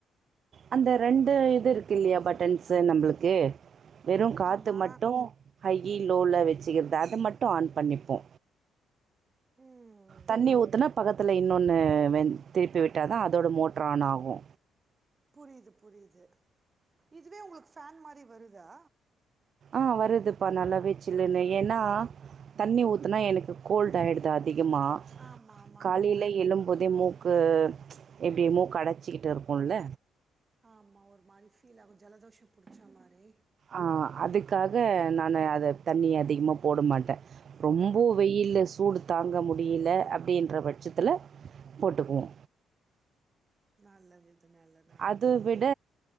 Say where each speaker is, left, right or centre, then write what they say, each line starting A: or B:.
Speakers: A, on the right; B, on the right.
A: அந்த ரெண்டு இது இருக்கில்லயா பட்டன்ஸ்ஸு நம்பளுக்கு வெறு காத்து
B: ஆமா
A: மட்டு ஹையி லோல வெச்சிக்கிறது அத மட்டு ஆன் பண்ணிப்போ
B: ம்
A: தண்ணி ஊத்துனா பகத் த்ல இன்னொன்னு வென் திருப்பி விட்டாதா அதோட மோட்ரு ஆன் ஆகு
B: புரிது புரிது இதுவே உங்களுக்கு ஃபேன் மாரி வருதா
A: ஆ வருதுப்பா நல்லாவே சில்லுனு ஏனா தண்ணி ஊத்துனா எனக்கு கோல்ட் ஆயிடுது அதிகமா
B: ஆமா ஆமா
A: காலைல
B: ஆமா
A: எழும்போதே மூக்கு எப்டி மூக்கு அடைச்சுகிட்டு இருக்குல்ல
B: ஆமா ஒரு மாரி ஃபீல் ஆகு ஜலதோஷோ புடிச்சா மாரி
A: ஆ அதுக்காக நானு அத தண்ணி அதிகமா போட மாட்ட ரொம்போ வெய்யில்ல சூடு தாங்க முடில அப்டின்ற பட்சத்தில போட்டுக்குவோ
B: நல்லது இது நல்லது
A: அது விட